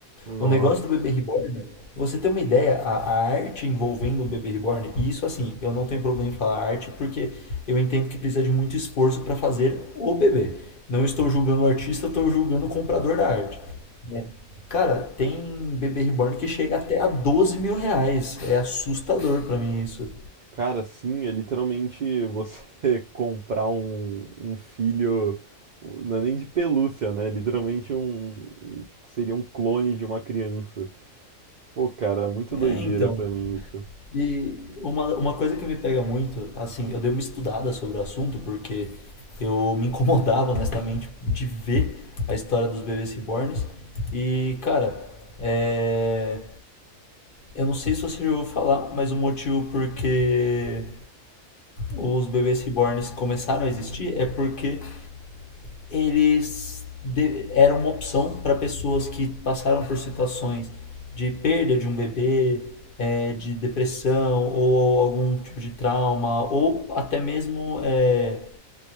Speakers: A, on the right; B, on the left.
A: Nossa.
B: O negócio do bebê reborn, você tem uma ideia, a, a arte envolvendo um bebê reborn, e isso assim, eu não tenho problema em falar arte porque eu entendo que precisa de muito esforço para fazer o bebê. Não estou julgando o artista, eu estou julgando o comprador da arte, né? Cara, tem bebê reborn que chega até a doze mil reais. É assustador pra mim isso.
A: Cara, sim, é literalmente você <laughs> comprar um, um filho, não é nem de pelúcia, né? Literalmente um, um, seria um clone de uma criança. Pô, cara, muito
B: É,
A: doideira
B: então.
A: pra mim isso.
B: E uma, uma coisa que me pega muito, assim, eu dei uma estudada sobre o assunto porque eu me incomodava, honestamente, de ver a história dos bebês reborns. E, cara, é... eu não sei se você já ouviu falar, mas o motivo porque os bebês reborns começaram a existir é porque eles de, eram uma opção para pessoas que passaram por situações de perda de um bebê, é, de depressão ou algum tipo de trauma ou até mesmo é,